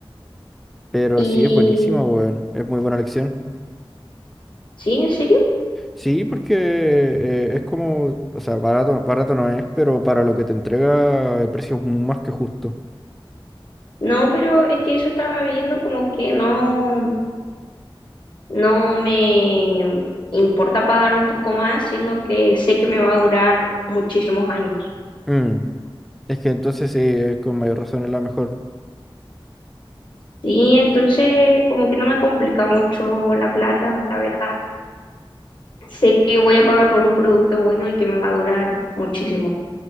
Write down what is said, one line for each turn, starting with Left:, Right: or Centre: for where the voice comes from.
Centre: pero
Left: Y
Centre: sí es buenísimo, weón. Es muy buena elección
Left: sí, ¿en serio?
Centre: Sí, porque eh, es como, o sea, barato, barato no es, pero para lo que te entrega el precio es más que justo.
Left: No, pero es que eso estaba viendo como que no, no me importa pagar un poco más, siendo que sé que me va a durar muchísimos años.
Centre: Mm, Es que entonces sí, es con mayor razón es la mejor.
Left: Sí, entonces como que no me complica mucho la plata, la verdad. Sé que voy a pagar por un producto bueno y que me va a durar muchísimo.